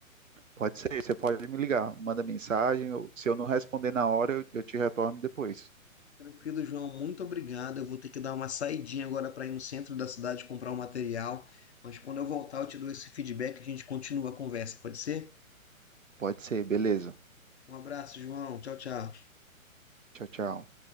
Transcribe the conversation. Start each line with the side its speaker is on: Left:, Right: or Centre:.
Right: Pode ser, você pode me ligar, manda mensagem, eu- se eu não responder na hora, eu, eu te retorno depois.
Left: Tranquilo, João, muito obrigado. Eu vou ter que dar uma saidinha agora para ir no centro da cidade comprar um material, mas quando eu voltar eu te dou esse feedback e a gente continua a conversa, pode ser?
Right: Pode ser, beleza.
Left: Um abraço, João. Tchau, tchau.
Right: Tchau, tchau.